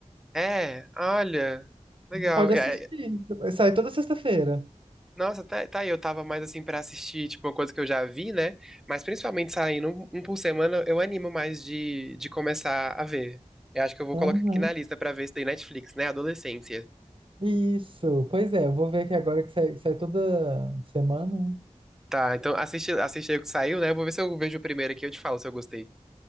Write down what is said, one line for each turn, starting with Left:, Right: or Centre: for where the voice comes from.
Centre: É, olha, legal.
Right: Pode
Centre: É,
Right: assistir.
Centre: é,
Right: Sai toda sexta-feira.
Centre: nossa, tá, tá aí, eu tava mais assim pra assistir, tipo, uma coisa que eu já vi, né? Mas principalmente saindo um, um por semana, eu animo mais de, de começar a ver. Eu acho que eu vou
Right: Aham.
Centre: colocar aqui na lista pra ver isso daí Netflix, né? Adolescência.
Right: Isso. Pois é, eu vou ver aqui agora que sai, sai toda semana. né?
Centre: Tá, então assiste, assiste aí o que saiu, né? Eu vou ver se eu vejo o primeiro aqui e eu te falo se eu gostei.